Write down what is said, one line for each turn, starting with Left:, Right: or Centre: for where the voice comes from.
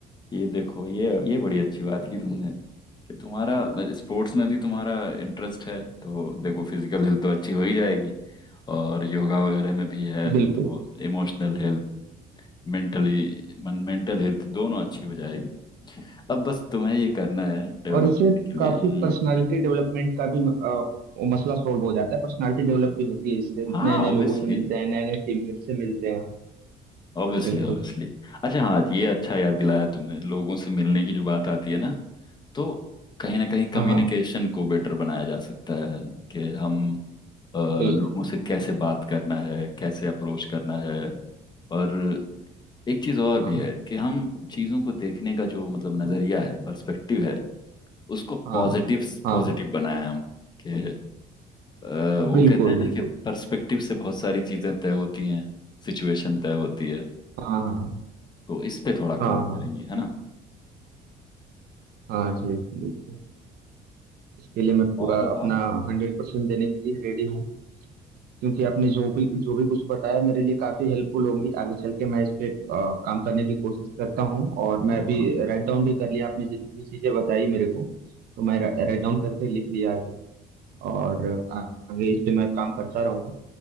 Left: ये देखो ये ये बड़ी अच्छी बात की तुमने कि तुम्हारा स्पोर्ट्स में भी तुम्हारा इंटरेस्ट है तो देखो फिजिकल हेल्थ तो अच्छी हो ही जाएगी और योगा वगैरह में भी है
Right: बिल्कुल
Left: तो इमोशनल हेल्थ मेंटली मन मेंटल हेल्थ दोनों अच्छी हो जाएगी अब बस तुम्हें ये करना है डेवलपमेंट
Right: और इससे
Left: के
Right: काफी
Left: लिए हम्म
Right: पर्सनालिटी डेवलपमेंट का भी अ, वो मसला सॉल्व हो जाता है पर्सनालिटी डेवलप भी होती है इससे
Left: हाँ
Right: नए नए
Left: ऑब्वियसली
Right: लोगों से मिलते हैं नए नए टीममेट से मिलते हैं
Left: ऑब्वियसली
Right: बिल्कुल
Left: ऑब्वियसली अच्छा हाँ ये अच्छा याद दिलाया तुमने लोगों से मिलने की जो बात आती है ना तो कहीं ना कहीं कम्युनिकेशन
Right: हाँ हाँ
Left: को बेटर बनाया जा सकता है कि हम अ, लोगों
Right: बिल्कुल
Left: से कैसे बात करना है कैसे अप्रोच करना है और एक चीज और
Right: हाँ
Left: भी है कि हम चीजों को देखने का जो मतलब नजरिया है पर्सपेक्टिव है उसको
Right: हाँ
Left: पॉजिटिव
Right: हाँ
Left: पॉजिटिव
Right: हाँ
Left: बनाया हम कि अ, वो
Right: बिल्कुल
Left: कहते हैं
Right: बिल्कुल
Left: ना कि पर्सपेक्टिव से बहुत सारी चीजें तय होती हैं सिचुएशन तय होती है
Right: हाँ हाँ
Left: तो इस पे थोड़ा
Right: हाँ
Left: काम करेंगे
Right: हाँ
Left: है ना
Right: हाँ जी बिल्कुल इसके लिए मैं पूरा
Left: और बताओ
Right: अपना हंड्रेड परसेंट देने के लिए रेडी हूँ क्योंकि आपने जो भी जो भी कुछ बताया मेरे लिए काफ़ी हेल्पफुल होगी आगे चल के मैं इस पे अ, काम करने की कोशिश करता हूँ और मैं
Left: बिल्कुल
Right: अभी
Left: बिल्कुल
Right: राइट डाउन भी कर लिया आपने जितनी भी चीज़ें बताई मेरे को तो मैं राइट डाउन करके लिख लिया अभी और आ- आगे इस पे मैं काम करता रहूँगा